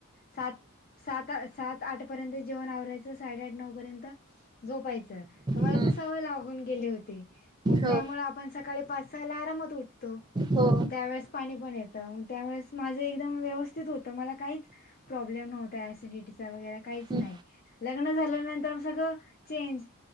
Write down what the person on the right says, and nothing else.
हम्म
हो
हो
हम्म